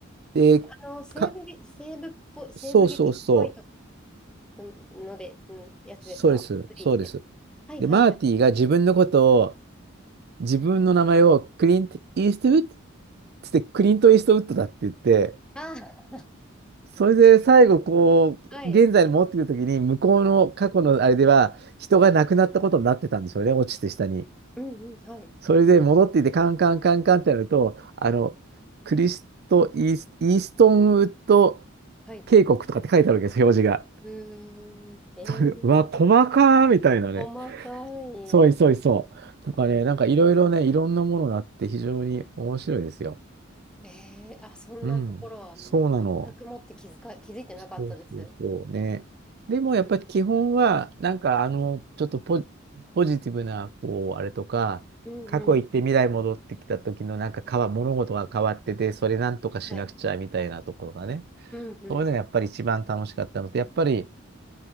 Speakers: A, on the right; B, in the centre.
A: で、
B: あの、西部劇、
A: か、
B: 西部っぽ、西部劇っぽいと
A: そうそうそう。
B: のので、うん、やつですかフリーって。
A: そうです。そうです。
B: はいはいはい。
A: で、マーティが自分のことを自分の名前をクリント・イーストウッドつってクリント・イーストウッドだって言って、
B: あ
A: それで最後こう、
B: あ、はい。
A: 現在に戻ってくるときに、向こうの過去のあれでは、人が亡くなったことになってたんでしょうね、落ちて下に。
B: うんうん、はい。
A: それで戻っていて、カンカンカンカンってやると、あの、クリスト・イース、イーストンウッド
B: はい。
A: 渓谷とかって書いてあるわけです、表示が。
B: うーん。えー、
A: それで、うわ、細かーみたいなね。
B: 細かい。
A: そういそういそう。とかね、なんかいろいろね、いろんなものがあって非常に面白いですよ。
B: ええあ、そんなところは全くもって気づか、
A: うん、そうなの。
B: 気づいてなかったです。
A: そうそうそうね。でもやっぱり基本は、
B: え、
A: なんかあの、ちょっとポ、ポジティブな、こう、あれとか、
B: うんうん。
A: 過去行って未来戻ってきた時のなんか変わ、物事が変わってて、それなんとかしなくちゃみたいなところがね。
B: はい。うんうん。
A: そういうのがやっぱり一番楽しかったのと、やっぱり、